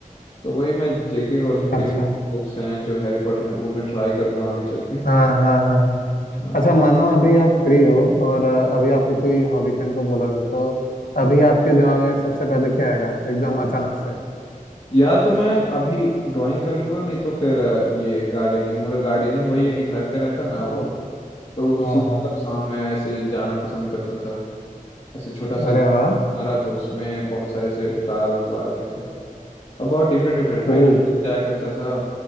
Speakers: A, on the left; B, on the left.
A: तो वही मैं जेके रोलिंग के
B: अच्छा
A: भी बुक्स हैं जो हैरी पॉटर हैं वो मैं ट्राई करूंगा आगे चल के
B: हाँ हाँ हाँ हाँ
A: हाँ
B: अच्छा मानो अभी आप फ्री हो और अ, अभी आपको कोई हॉबी करने को बोला था तो अभी आपके दिमाग में सबसे पहले क्या आएगा एकदम अचानक से
A: या तो मैं अभी ड्राइंग कर लूंगा नहीं तो फिर अ, ये गार्डनिंग मगर गार्डनिंग वही है कि घर पे रहता ना
B: ओह
A: तो सुबह
B: हाँ हाँ
A: और शाम में ऐसे जाना पसंद करता था ऐसे छोटा सा
B: अरे
A: हमारा
B: वाह
A: तो उसमें बहुत सारे ऐसे फ्लावर्स उगा रखे थे और बहुत डिफरेंट डिफरेंट भाई
B: ओ
A: नर्सरी जाया करता था